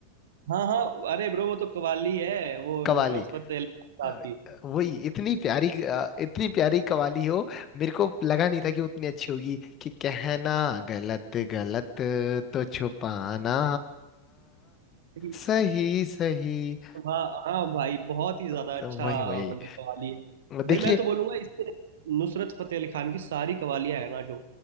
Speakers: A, on the right; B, on the left.
A: हाँ हाँ अरे ब्रो वो तो कव्वाली है वो
B: कवाली
A: नुसरत फतेह अली खान
B: अ,
A: साहब की
B: वही इतनी प्यारी अ, इतनी प्यारी कवाली हो मेरे को लगा नहीं था कि उतनी अच्छी होगी कि कहना गलत गलत तो छुपाना
A: अरे
B: सही सही
A: हाँ हाँ भाई बहुत ही ज्यादा
B: तो
A: अच्छा
B: वही वही
A: मतलब कवाली है भाई
B: देखिए
A: मैं तो बोलूंगा इससे नुसरत फतेह अली खान की सारी कवालियां है ना जो